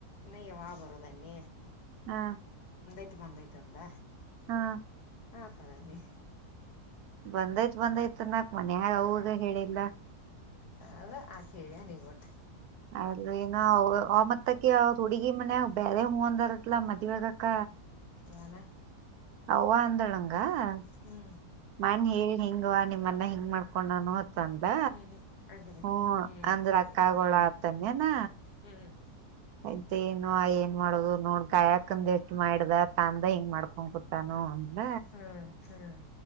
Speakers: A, on the left (about 70°); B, on the right (about 75°).
A: ನಯ್ಯವಾ ಬರೋದನ್ನಿ
B: ಹಾ
A: ಆ ಬಂದೈತ ಅಂದ
B: ಹಾ
A: ಹ ಅಪದನ್ನೆ
B: ಬಂದೈತ್ ಬಂದೈತ್ ನಾಕ್ ಮನ್ ಅವಾಗ ಹೇಳಿಲ್ಲ
A: ಅವ ಆಥ ಹೇಳ್ಯ ನೀ ಒಟ್ಟ
B: ಅದು ಏನ ಆ ಮತ್ತಕ್ಕೆ ಹುಡುಗಿ ಮನೆ ಬೇರೆ ಹೂ ಬಂದಾರಲ್ಲ ಮದುವಗಕ್ಕ
A: ಏನ
B: ಅವ್ವ ಅಂದಳಂಗ ಹ
A: ಹ್ಞೂ
B: ಮನ್ ಹೇಳ ಹಿಂಗುವ ನಿಮ್ಮನ್ನ ಹ ಹ ಹಕೊಂಡಾನ ಹತಂದ
A: ಹ್ಞೂ ಹ್ಞೂ ಅಂತದೆ
B: ಹ
A: ಹ್ಞೂ
B: ಅಂದ್ರ ಅಕ್ಕಗೋಳ
A: ಹ್ಞೂ
B: ಆತನ್ಯನ
A: ಹ್ಞೂ
B: ಆಯ್ತ್ ಏನು ಏನ್ ಮಾಡದು ನೋಡ್ ಗಾಯಾಕಂದ ಎಷ್ಟ್ ಮಾಡ್ದ ತ ಅಂದ ಹೆಂಗ್ ಮಾಡ್ಕೊಂಡ್ ಕುತಾನು ಅಂದ
A: ಹ್ಞೂ ಹ್ಞೂ ಹ್ಞೂ